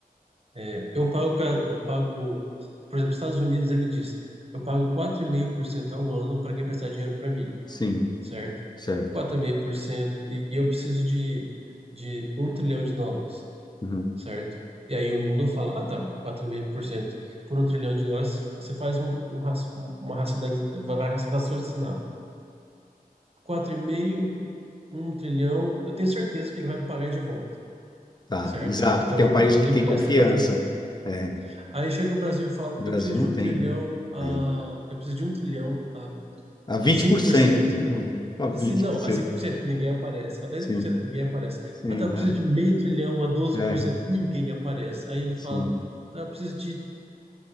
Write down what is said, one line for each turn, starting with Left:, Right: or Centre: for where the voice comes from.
Right: é, eu pago, ga- pago, por exemplo, Estados Unidos, ele diz, eu pago quatro vírgula cinco por cento ao ano para quem prestar dinheiro para mim,
Left: Sim,
Right: certo?
Left: certo.
Right: 4,5%, e, e eu preciso de, de um trilhão de dólares,
Left: Uhum.
Right: certo? E aí o mundo fala, ah, tá, 4,5% por cento por um trilhão de dólares, você faz um, um, raci- um, uma racionalização, vai vai raciocinar. 4,5, um trilhão, eu tenho certeza que ele vai me pagar de volta.
Left: Tá,
Right: certo?
Left: exato,
Right: Então
Left: porque é um país
Right: ele
Left: que
Right: empresta
Left: tem confiança.
Right: 4,5.
Left: É,
Right: Aí chega o Brasil e fala:
Left: o Brasil
Right: eu preciso
Left: não
Right: de um
Left: tem.
Right: trilhão a.
Left: É.
Right: Eu preciso de um trilhão a,
Left: A 20%.
Right: a cinco por cento
Left: <laughs> A 20%.
Right: Assim, não, a 5% ninguém aparece, a dez
Left: Sim,
Right: por cento ninguém aparece.
Left: sim,
Right: Ah, tá, eu
Left: né?
Right: preciso de meio trilhão a doze
Left: É,
Right: por cento ninguém aparece. Aí ele
Left: sim,
Right: fala: tá, eu preciso de